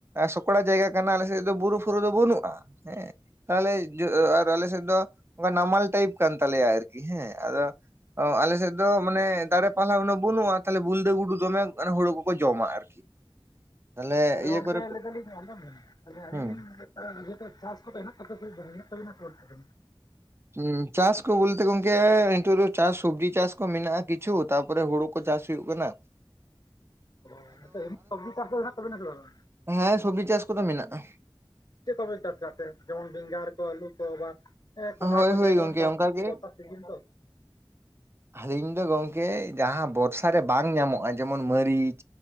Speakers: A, on the right (about 25°); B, on the left (about 45°).
A: ᱥᱚᱠᱲᱟ ᱡᱟᱭᱜᱟ ᱠᱟᱱ ᱟᱞᱮ ᱥᱮᱫ ᱫᱚ ᱵᱩᱨᱩ ᱯᱷᱩᱨᱩ ᱫᱚ ᱵᱟᱹᱱᱩᱜᱼᱟ, ᱦᱮᱸ᱾ ᱟᱞᱮ ᱡᱚ ᱟᱨ ᱟᱞᱮ ᱥᱮᱫ ᱫᱚ ᱚᱱᱠᱟ ᱱᱟᱢᱟᱞ ᱴᱟᱭᱤᱯ ᱠᱟᱱ ᱛᱟᱞᱮᱭᱟ ᱟᱨᱠᱤ, ᱦᱮᱸ ᱟᱫᱚ ᱚ ᱟᱞᱮ ᱥᱮᱫ ᱫᱚ ᱢᱟᱱᱮ ᱫᱟᱲᱮ ᱯᱟᱞᱦᱟ ᱩᱱᱟᱹ ᱵᱟᱹᱱᱩᱜᱼᱟ ᱛᱟᱞᱦᱮ ᱵᱩᱞᱫᱟᱹ ᱜᱩᱰᱩ ᱫᱚᱢᱮ ᱚᱱᱟ ᱦᱩᱲᱩ ᱠᱚᱠᱚ ᱡᱚᱢᱟ ᱟᱨᱠᱤ᱾ ᱛᱟᱦᱚᱞᱮ
B: ᱟᱫᱚ
A: ᱤᱭᱟᱹ
B: ᱜᱚᱝᱠᱮ
A: ᱠᱚᱨᱮ ᱠᱚ
B: ᱞᱟᱹᱭ ᱫᱟᱞᱤᱧ ᱟᱸᱡᱚᱢ ᱵᱮᱱ ᱟᱞᱤᱧ ᱟᱹᱞᱤᱧ
A: ᱦᱩᱸ
B: ᱞᱤᱧ ᱱᱤᱡᱮᱛᱮ ᱪᱟᱥ ᱠᱚᱫᱚ ᱦᱮᱱᱟᱜ ᱛᱟᱯᱮ ᱥᱮ ᱦᱮᱱᱟᱜ ᱛᱟᱵᱤᱱᱟ ᱥᱮ ᱵᱟᱹᱱᱩᱜ ᱛᱟᱵᱤᱱᱟ?
A: ᱦᱩᱸ ᱪᱟᱥ ᱠᱚ ᱵᱚᱞᱛᱮ ᱜᱚᱝᱠᱮ ᱱᱤᱛᱚᱜ ᱫᱚ ᱪᱟᱥ ᱥᱚᱵᱡᱤ ᱪᱟᱥ ᱠᱚ ᱢᱮᱱᱟᱜᱼᱟ ᱠᱤᱪᱷᱩ ᱛᱟᱯᱚᱨᱮ ᱦᱩᱲᱩ ᱠᱚ ᱪᱟᱥ ᱦᱩᱭᱩᱜ ᱠᱟᱱᱟ᱾
B: ᱚ ᱟᱫᱚ ᱥᱚᱵᱡᱤ ᱪᱟᱥ ᱫᱚ ᱦᱮᱱᱟᱜ ᱛᱟᱵᱤᱱᱟ ᱥᱮ ᱵᱟᱝ-ᱟ?
A: ᱦᱮᱸ ᱥᱚᱵᱡᱤ ᱪᱟᱥ ᱠᱚᱫᱚ ᱢᱮᱱᱟᱜᱼᱟ᱾
B: ᱪᱮᱫ ᱠᱚᱯᱮ ᱪᱟᱥ ᱠᱟᱜ ᱛᱮ ᱡᱮᱢᱚᱱ ᱵᱮᱸᱜᱟᱲ ᱠᱚ ᱟᱹᱞᱩ ᱠᱚ ᱵᱟ ᱦᱮᱸ ᱠᱚᱸᱰᱷᱟ
A: ᱦᱳᱭ
B: ᱠᱚ
A: ᱦᱳᱭ
B: ᱡᱮ ᱡᱮᱢᱚᱱ
A: ᱜᱚᱝᱠᱮ
B: ᱪᱟᱥ,
A: ᱚᱱᱠᱟ ᱜᱮ
B: ᱵᱚᱨᱥᱟ ᱥᱤᱡᱮᱱ ᱛᱚ᱾
A: ᱟᱹᱞᱤᱧ ᱫᱚ ᱜᱚᱝᱠᱮ ᱡᱟᱦᱟᱸ ᱵᱚᱨᱥᱟ ᱨᱮ ᱵᱟᱝ ᱧᱟᱢᱚᱜᱼᱟ ᱡᱮᱢᱚᱱ ᱢᱟᱹᱨᱤᱪ,